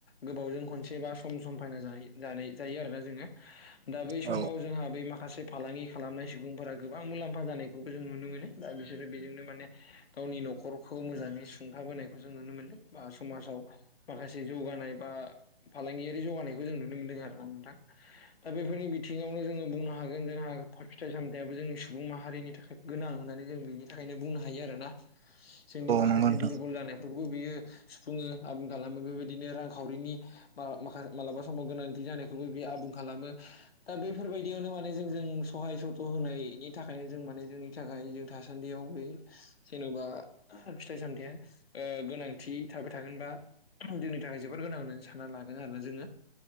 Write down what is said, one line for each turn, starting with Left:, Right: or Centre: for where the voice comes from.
Left: गोबावजों खनसे बा सम सम बायना जायो जानाय जायो आरोना जोङो दा बै
Right: औ
Left: समाव जोंहा बै माखासे से फालांगि खालामनाय सुबुंफोरा गोबां मुलाम्फा जानायखौबो जों नुनो मोनो दा बिसोरो बेजोंनो माने गावनि नखरखौ मोजाङै सुंथाबोनायखौ जों नुनो मोनदों बा समाजाव माखासे जौगानाय बा फालांगियारि जौगानायखौ जों नुनो मोनदों आरोना नोंथां दा बेफोरनि बिथिङावनो जोङो बुंनो हागोन जोंहा फा फिथाइ सामथाइयाबो जोंनि सुबुं मा हारिनि थाखाय गोनां होननानै जों बेनि थाखायनो बुंनो हायो आरोना जोंनि माखासे
Right: नंगौ नोंथां
Left: दुरबल जानाय खौबो बियो सुफुङो आबुं खालामो बेबायदिनो रांखावरिनि बा माखा मालाबा समाव गोनांथि थि जानायखौबो बियो आबुं खालामो दा बेफोरबायदियावनो माने जों जों सहाय सथ होनायनि थाखायनो जों माने जोंनि थाखाय जों थासान्दियाव बे जेनबा फिथाइ सामथाइया ओ गोनांथि थाबाय थागोन बा जोंनि थाखाय जोबोर गोनां होननानै सानना लागोन आरोना जोङो।